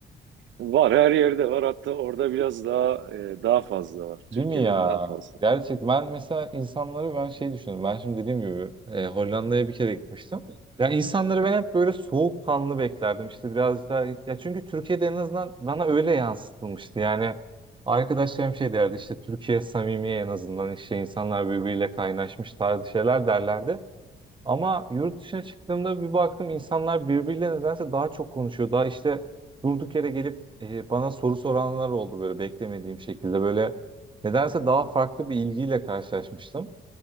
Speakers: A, on the right; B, on the right.
A: Var her yerde var. Hatta orada biraz daha e, daha fazla var.
B: Değil
A: Türkiye'den
B: mi ya?
A: daha fazla.
B: Gerçekten ben mesela insanları ben şey düşünüyorum. Ben şimdi dediğim gibi e, Hollanda'ya bir kere gitmiştim. Ya insanları ben hep böyle soğukkanlı beklerdim. İşte birazcık daha ya çünkü Türkiye'de en azından bana öyle yansıtılmıştı. Yani arkadaşlarım şey derdi işte Türkiye samimi en azından işte insanlar birbiriyle kaynaşmış tarzı şeyler derlerdi. Ama yurt dışına çıktığımda bir baktım insanlar birbiriyle nedense daha çok konuşuyor. Daha işte durduk yere gelip e, bana soru soranlar oldu böyle beklemediğim şekilde. Böyle nedense daha farklı bir ilgiyle karşılaşmıştım.